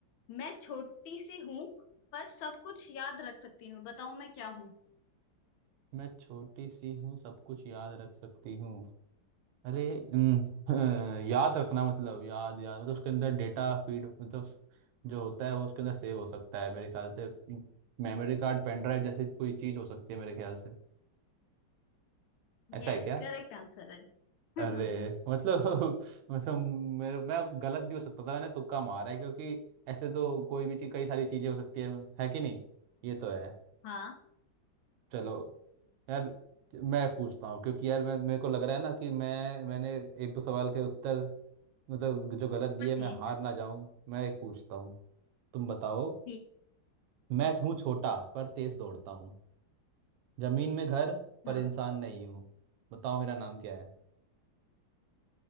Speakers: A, on the left; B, on the right.
A: मैं छोटी सी हूँ पर सब कुछ याद रख सकती हूँ बताओ मैं क्या हूँ
B: मैं छोटी सी हूँ सब कुछ याद रख सकती हूँ अरे अम, अ, याद रखना मतलब याद याद मतलब उसके अंदर डेटा फीड मतलब जो होता है वो उसके अंदर सेव हो सकता है मेरे ख्याल से मेमोरी कार्ड पेन ड्राइव जैसी कोई चीज हो सकती है मेरे ख्याल से ऐसा
A: यस
B: है क्या
A: करेक्ट आंसर है <laughs>
B: अरे मतलब <laughs> मतलब मेरे मैं गलत भी हो सकता था मैंने तुक्का मारा है क्योंकि ऐसे तो कोई भी चीज कई सारी चीजें हो सकती है है कि नहीं ये तो है
A: हाँ
B: चलो यार मैं पूछता हूँ क्योंकि यार मैं मेरे को लग रहा है ना कि मैं मैंने एक दो सवाल के उत्तर मतलब जो गलत दिए
A: बताइए
B: मैं हार ना जाऊं मैं एक पूछता हूँ तुम बताओ
A: ठीक
B: मैं हूँ छोटा पर तेज दौड़ता हूँ जमीन में घर पर
A: हाँ
B: इंसान नहीं हूँ बताओ मेरा नाम क्या है